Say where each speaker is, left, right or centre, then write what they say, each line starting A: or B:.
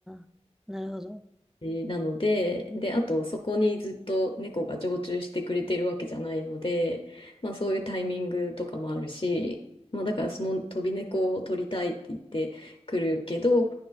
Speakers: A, in the centre; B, on the left (about 50°).
A: あ、なるほど。
B: じなので、で、あとそこにずっと猫が常駐してくれてるわけじゃないので、まあそういうタイミングとかもあるし、まあだからその飛び猫を取りたいって言ってくるけど、